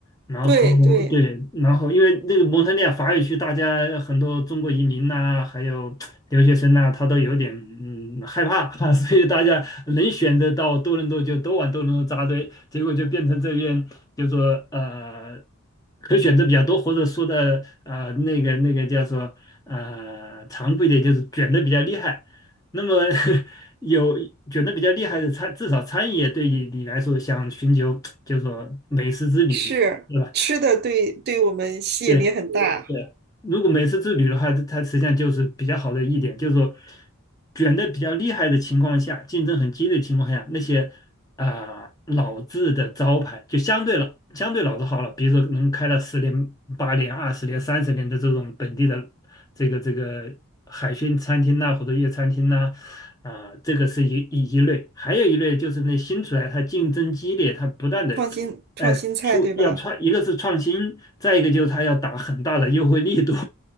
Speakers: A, on the left; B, on the right.
A: 然后对，
B: 对对，
A: 然后因为那个蒙特利尔法语区，大家很多中国移民呐、还有留学生呢，他都有点嗯害怕啊 <laughs> 所以大家能选择到多伦多就都往多伦多扎堆，结果就变成这边就说呃可选择比较多，或者说的呃那个那个叫做呃残酷一点就是卷的比较厉害。那么 <laughs> 有卷的比较厉害的餐，至少餐饮业对你你来说想寻求就是说美食之旅嘛，
B: 是吃的对对我们吸引力很大，
A: 对吧？对。对，如果每次之旅的话，它实际上就是比较好的一点，就是说卷的比较厉害的情况下，竞争很激烈的情况下，那些啊、老字的招牌就相对了相对老字号了，比如说能开了十年、八年、二十年、三十年的这种本地的这个这个海鲜餐厅呐、或者粤餐厅呐、啊，这个是一一一类，还有一类就是那新出来，它竞争激烈，它不断的
B: 创新创新菜对吧？
A: 哎，出要创，一个是创新，再一个就是他要打很大的优惠力度，